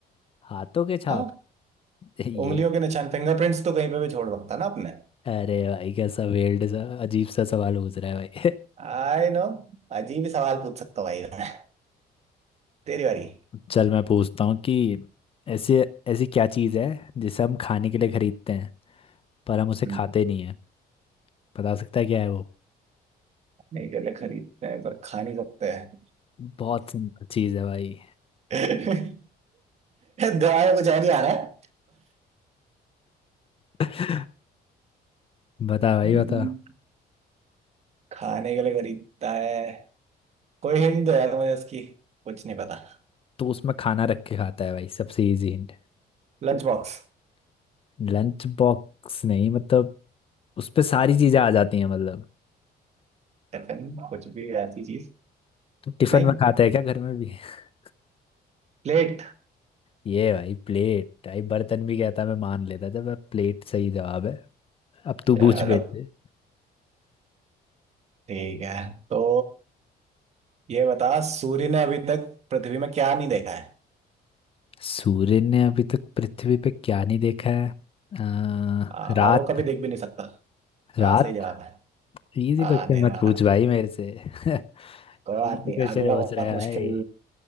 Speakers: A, on the left; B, on the right.
A: हाथों के छाप
B: हाँ
A: <laughs> ये
B: उंगलियों के निशान फिंगरप्रिंट्स तो कहीं पे भी छोड़ सकता ना अपने
A: अरे भाई कैसा वेल्ड सा अजीब सा सवाल पूछ रहा है भाई
B: आई नो अजीब ही सवाल पूछ सकता हूँ भाई मैं। तेरी बारी
A: <laughs> चल मैं पूछता हूँ कि ऐसे ऐसी क्या चीज़ है जिसे हम खाने के लिए खरीदते हैं पर हम उसे
B: हम्म,
A: खाते नहीं है बता सकता है क्या है वो
B: नहीं गले खरीदते हैं पर खा नहीं सकते हैं
A: बहुत सिंपल चीज़ है भाई
B: <laughs> दवाई कुछ और ही आ रहा है
A: <laughs> बता भाई
B: हम्म,
A: बता
B: खाने के लिए खरीदता है कोई हिंट दो यार मुझे इसकी कुछ नहीं पता
A: तो उसमें खाना रख के खाता है भाई सबसे इजी हिंट
B: Lunch box
A: लंच बॉक्स नहीं मतलब उस पे सारी चीजें आ जाती हैं मतलब
B: टिफिन कुछ भी ऐसी चीज
A: टिफिन
B: नहीं
A: में खाता है क्या घर में भी <laughs>
B: प्लेट
A: ये भाई प्लेट भाई बर्तन भी कहता मैं मान लेता था मैं प्लेट सही जवाब है अब तू
B: चलो
A: पूछ बेटे
B: ठीक है तो ये बता सूर्य ने अभी तक पृथ्वी में क्या नहीं देखा है
A: सूर्य ने अभी तक पृथ्वी पे क्या नहीं देखा है अ,
B: आ, और
A: रात
B: वो कभी देख भी नहीं सकता
A: रात
B: हाँ सही जवाब है
A: इजी
B: हाँ
A: क्वेश्चन
B: अंधेरा
A: मत
B: हो
A: पूछ
B: रहा
A: भाई मेरे से <laughs>
B: कोई
A: इजी
B: बात नहीं
A: क्वेश्चन
B: अगला
A: पूछ
B: बहुत
A: रहा
B: मुश्किल
A: है भाई